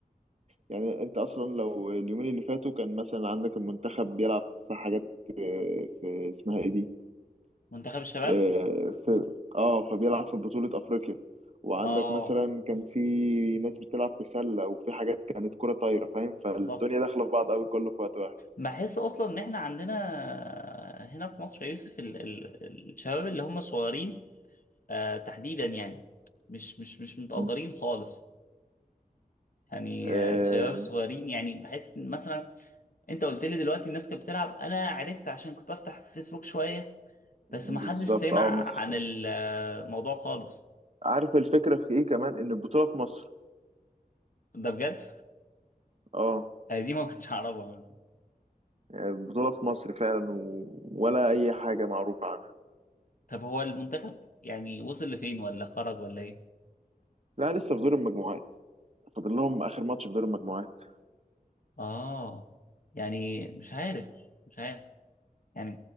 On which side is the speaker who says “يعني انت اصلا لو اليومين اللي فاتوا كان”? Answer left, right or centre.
Right